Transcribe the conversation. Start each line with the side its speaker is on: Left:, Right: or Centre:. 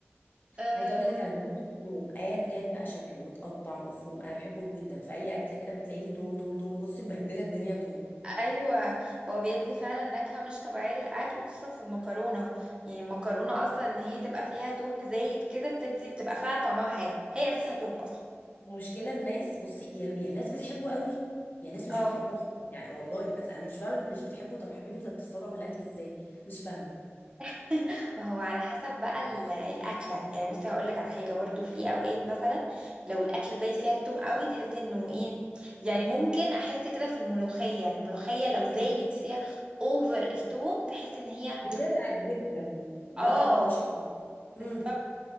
Right: آه
Left: عايزه اقول لك انا بموت في التوم ايا كان بقى شكله متقطع مفروم انا بحبه جدا في اي اكل كده بتلاقيني توم توم توم بصي <laughs> مبهدله الدنيا توم
Right: ايوه هو بيدي فعلا نكهه مش طبيعيه للاكل وخصوصا في المكرونه يعني المكرونه اصلا ان هي تبقى فيها توم زايد كده بتدي بتبقى فعلا طعمها حلو هي اساسها توم اصلا
Left: المشكله الناس بصي يا, يا ناس بتحبه قوي يا ناس مش
Right: اه
Left: بتحبه خالص يعني والله بس انا مش فاهمه اللي مش بتحبه طب حبيبي انت بتستطعم الاكل ازاي مش فاهمه
Right: <laughs> ما هو على حسب بقى ال- الاكله يعني بصي هقول لك على حاجه برضو في اوقات مثلا لو الاكله زايد فيها التوم قوي تحس انه ايه يعني ممكن احس كده في الملوخيه الملوخيه لو زايد فيها اوفر التوم تحس ان هي
Left: بتتعب جدا بيبقى
Right: اه
Left: طعمها مش حلو
Right: بالظبط
Left: امم